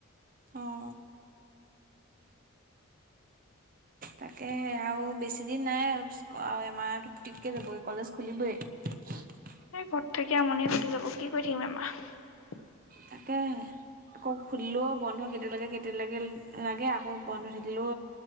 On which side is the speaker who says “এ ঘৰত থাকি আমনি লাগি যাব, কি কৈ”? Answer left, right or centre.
Left